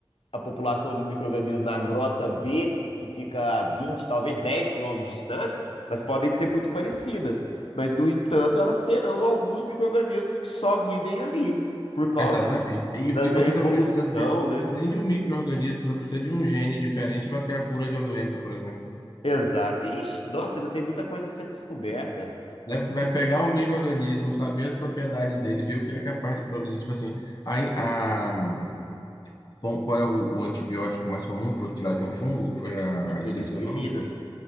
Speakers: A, on the left (about 85°); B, on the left (about 45°).
A: a população de micro-organismos na grota B, que fica a 20 talvez 10 quilômetros de distância, elas podem ser muito parecidas, mas, no entanto, elas terão alguns micro-organismos que só vivem ali, por causa
B: Exatamente. E,
A: da, da
B: e você
A: evolução,
B: só precisa, às vezes,
A: né?
B: nem de um micro-organismo, você só precisa de um gene diferente para ter a cura de uma doença, por exemplo.
A: Exato. Ixi, nossa, ainda tem muita coisa a ser descoberta.
B: Né? Você vai pegar um micro-organismo, saber as propriedades dele, ver o que ele é capaz de produzir. Tipo assim, a, in- a- qual qual é o, o antibiótico mais comum que foi tirado de um fungo, que foi a,
A: é penicilina.
B: esqueci o nome.